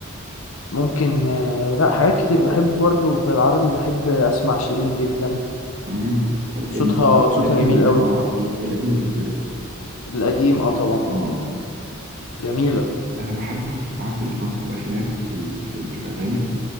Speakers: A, on the left; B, on the right.
A: ممكن آه، لا حاجات كتير بحب برضه في العربي بحب اسمع شيرين جدا
B: مم. ال...
A: صوتها
B: ال...
A: صوتها
B: القديم
A: جميل قوي
B: اه ال... القديم بالذات
A: القديم اه طبعا
B: مم.
A: جميلة
B: انا بحب فترة عارف انت فترة الالفينات في ال... في, ال... في الاغاني